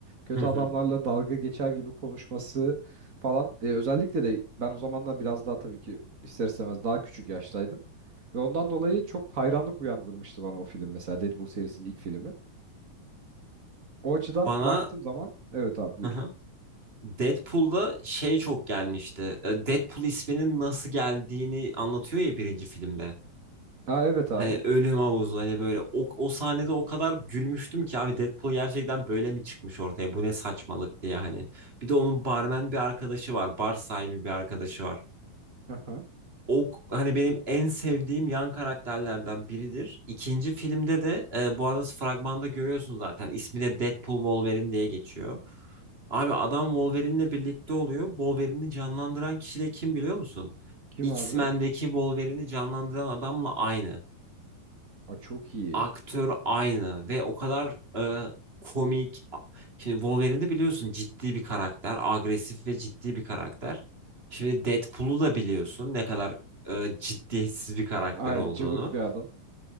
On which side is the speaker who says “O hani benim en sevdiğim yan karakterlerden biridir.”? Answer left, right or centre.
Right